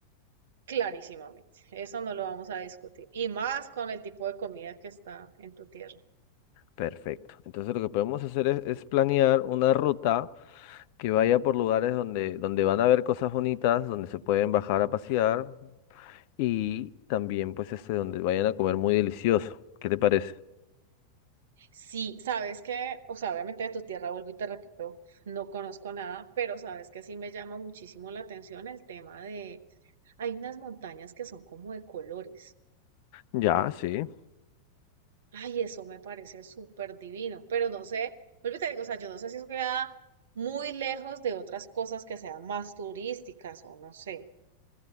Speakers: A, on the right; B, on the left.
A: Clarísimamente, eso no lo vamos a discutir. Y más con el tipo de comida que está en tu tierra.
B: Perfecto. Entonces lo que podemos hacer es, es planear una ruta que vaya por lugares donde, donde van a ver cosas bonitas, donde se pueden bajar a pasear. Y también, pues, este, donde vayan a comer muy delicioso. ¿Qué te parece?
A: Sí, sabes que, o sea, obviamente de tu tierra, vuelvo y te repito, no conozco nada, pero sabes que sí me llama muchísimo la atención el tema de, hay unas montañas que son como de colores.
B: Ya, sí.
A: Ay, eso me parece súper divino, pero no sé, vuelvo y te digo, o sea, yo no sé si eso queda muy lejos de otras cosas que sean más turísticas o no sé.